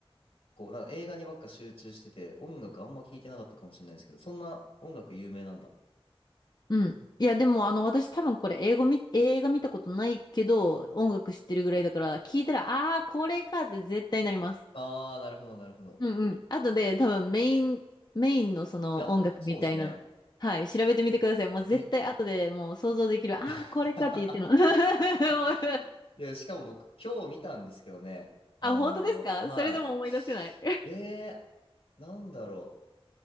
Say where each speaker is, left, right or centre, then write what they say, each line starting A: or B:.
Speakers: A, on the left; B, on the left.
A: こう、なんか映画にばっか集中してて、音楽あんま聞いてなかったかもしれないですけど、そんな音楽有名なんだ。
B: うん。いや、でも、あの、私多分これ、英語み、映画見たことないけど、音楽知ってるぐらいだから、聞いたら、あー、これかって絶対なります。
A: ああ、なるほど、なるほど。
B: うんうん。あとで多分メイン、メインのその音楽みたいなの。
A: いや、そうですね。
B: はい、調べてみてください。もう絶対後でもう想像できる。
A: え、
B: ああ、
A: <laughs>
B: これかって言ってるの。<laughs> もう
A: いや、しかも僕、今日見たんですけどね。あのーはい。
B: あ、本当ですかそれでも思い出せない。
A: えーなんだろう。